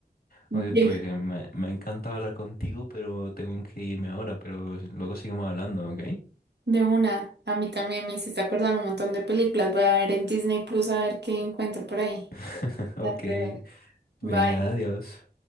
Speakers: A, on the right (about 80°); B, on the left (about 60°).
A: De,
B: Oye, pues me, me ha encantado hablar contigo, pero tengo que irme ahora, pero luego seguimos hablando, ¿ok?
A: de una, a mí también me hiciste acordar un montón de películas. Voy a ver en Disney Plus a ver qué encuentro por ahí.
B: <laughs> Ok,
A: Ya te
B: venga,
A: Bye.
B: adiós.